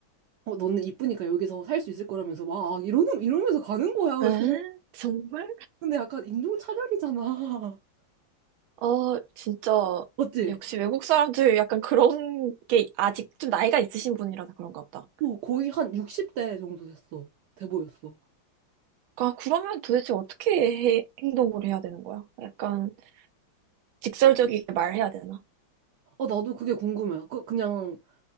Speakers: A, on the right; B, on the right.
A: 어, 너는 이쁘니까 여기서 살 수 있을 거라면서 막 아, 이러는 이러면서 가는 거야. 그래서
B: 에? 정말?
A: 근데 약간 인종 차별이잖아. <laughs>
B: 아, 진짜.
A: 맞지?
B: 역시 외국 사람들 약간 그런 게 아직 좀 나이가 있으신 분이라서 그런가 보다.
A: 어, 거의 한 60대 정도 됐어. 돼 보였어.
B: 아, 그러면 도대체 어떻게 해- 행동을 해야 되는 거야? 약간 직설적이게 말해야 되나?
A: 어, 나도 그게 궁금해. 그, 그냥